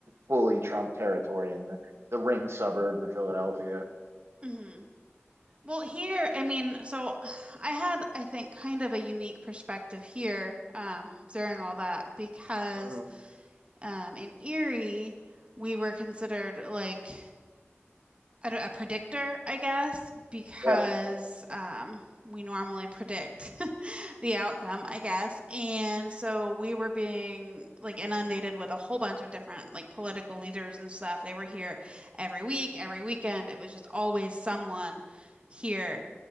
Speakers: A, on the right; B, on the right.
A: fully Trump territory in the the ring suburbs of Philadelphia.
B: hmm Well, here, I mean, so <sighs> I had, I think, kind of a unique perspective here um, during all that because
A: Mhm.
B: um, in Erie, we were considered like a, a predictor, I guess, because
A: Yeah,
B: um, we normally predict <laughs> the outcome, I guess. And so we were being like inundated with a whole bunch of different like political leaders and stuff. They were here every week, every weekend. It was just always someone here.